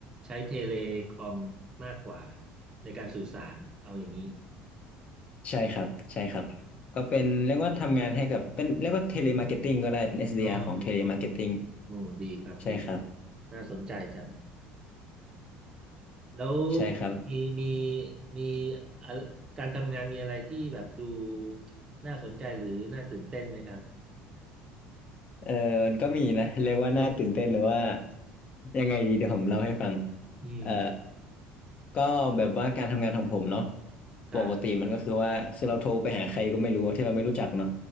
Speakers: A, on the right; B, on the left.
A: ใช้เทเลคอมมากกว่าในการสื่อสารเอาอย่างนี้
B: ใช่ครับใช่ครับก็เป็นเรียกว่าทำงานให้กับเป็นเรียกว่าเทเลมาร์เก็ตติ้งก็ได้เป็นเอสดีอาร
A: อืม
B: r ของเทเลมาร์เก็ตติ้ง
A: โอ้ดีครับดี
B: ใช่ครับ
A: น่าสนใจจังแล้ว
B: ใช่ครับ
A: มีมีมีอะการทำงานมีอะไรที่แบบดูน่าสนใจหรือน่าตื่นเต้นไหมครับ
B: เออมันก็มีนะเรียกว่าน่าตื่นเต้นหรือว่ายังไงดีเดี๋ยวผมเล่าให้ฟัง
A: อืม
B: เอ่อก็แบบว่าการทำงานของผมเนาะ
A: ครับ
B: ปกติมันก็คือว่าคือเราโทรไปหาใครก็ไม่รู้ที่เราไม่รู้จักเนาะ